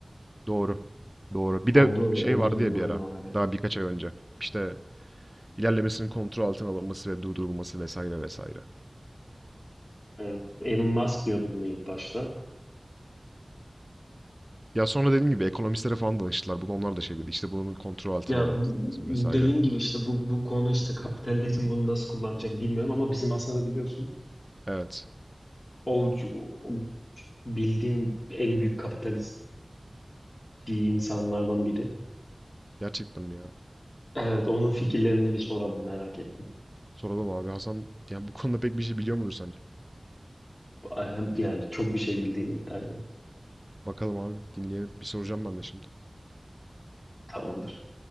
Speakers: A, on the right (about 15°); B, on the left (about 40°).
A: Doğru. Doğru. Bir de
B: O, da-
A: şey
B: o
A: vardı
B: durumlar
A: ya bir ara
B: da var yani.
A: daha birkaç ay önce. İşte ilerlemesinin kontrol altına alınması ve durdurulması vesaire vesaire.
B: Evet, Elon Musk diyordu bunu ilk başta.
A: Ya sonra dediğim gibi ekonomistlere falan danıştılar. Bunu onlar da şey dedi. İşte bunun kontrol altına
B: Ya
A: alınması
B: bu-
A: lazım vesaire.
B: dediğim gibi işte bu bu konu işte kapitalizm bunu nasıl kullanacak bilmiyorum ama bizim Hasan'ı biliyorsun.
A: Evet.
B: O, o bildiğim en büyük kapitalist insanlardan biri.
A: Gerçekten ya.
B: Evet, onun fikirlerini bir soralım merak ettim.
A: Soralım abi. Hasan yani bu konuda pek bir şey biliyor mudur sence?
B: Hem- Yani çok bir şey bildiğini iddia ediyor.
A: Bakalım abi dinleyelim. Bir soracağım ben de şimdi.
B: Tamamdır.